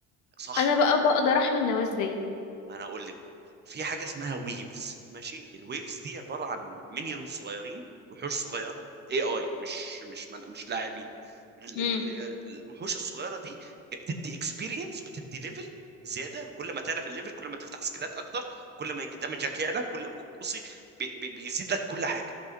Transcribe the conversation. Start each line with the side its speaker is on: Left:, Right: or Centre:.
Right: صح
Left: انا بقى بقدر احمي النواه ازاي
Right: ما انا اقول لك بقى في حاجه اسمها ويفز ماشي الويفز دي عباره عن مinions صغيرين وحوش صغيره اي اي مش مش مش لاعبين ال-
Left: امم
Right: ال- ال- الوحوش الصغيره دي بتدي اكسبيرينس بتدي ليفل زياده كل ما تعرف الليفل كل ما تفتح سكيلات اكتر كل ما دمجك يعلى كل بصي بي بي بيزيد لك كل حاجه